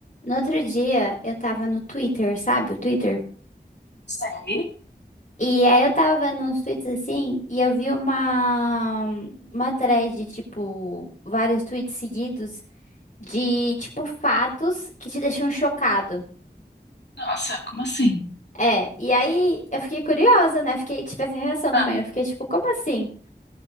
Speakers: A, on the left; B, on the left.
A: No outro dia, eu tava no Twitter, sabe? O Twitter.
B: Sei.
A: E aí eu tava vendo uns tweets assim, e eu vi uma, uma thread, tipo, vários tweets seguidos de, tipo, fatos que te deixam chocado.
B: Nossa, como assim?
A: É, e aí eu fiquei curiosa, né? Fiquei, tive essa reação
B: Ah,
A: também. Eu fiquei, tipo, como assim?